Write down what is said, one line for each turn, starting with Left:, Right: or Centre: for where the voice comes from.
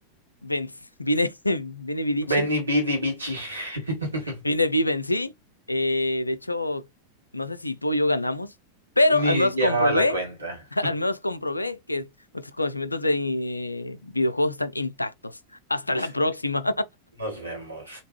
Left: Vince, vine, <laughs> vine Vidichi
Right: Benny Bidi Bichi. <laughs>
Left: Vine vive en sí. Eh, de hecho, no sé si tú o yo ganamos, pero
Right: Ni
Left: al menos
Right: llevaba
Left: comprobé,
Right: la cuenta.
Left: <laughs> al menos comprobé que nuestros conocimientos de eh, videojuegos están intactos.
Right: <laughs>
Left: Hasta
Right: Así
Left: la próxima.
Right: que nos vemos.